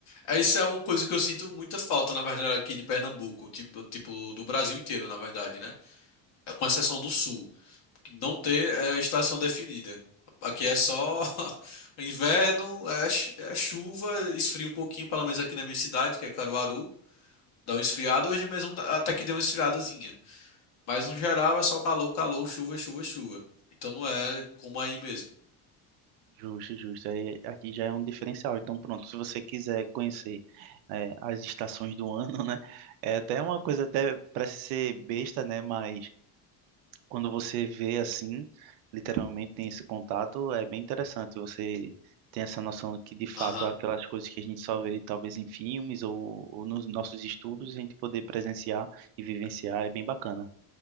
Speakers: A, on the left (about 45°); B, on the right (about 75°).
A: É, Isso é uma coisa que eu sinto muita falta, na verdade, aqui de Pernambuco, tipo, tipo do Brasil inteiro, na verdade, né? É, Com exceção do Sul, que não ter é, estação definida. Aqui é só <laughs> inverno, é, é chu- é chuva, esfria um pouquinho, pelo menos aqui na minha cidade, que é Caruaru, dá um esfriado Hoje mesmo dá- até que deu uma esfriadazinha. Mas no geral é só calor, calor, chuva, chuva, chuva. Então não é como aí mesmo.
B: Justo, justo. Aí, aqui já é um diferencial. Então, pronto, se você quiser conhecer é, as estações do <laughs> ano, né? É até uma coisa até parece ser besta, né? Mas quando você vê assim, literalmente tem esse contato, é bem interessante. Você tem essa noção de que, de fato,
A: Aham,
B: é aquelas coisas que a gente só vê talvez em filmes ou, ou nos nossos estudos, a gente poder presenciar e vivenciar é bem bacana.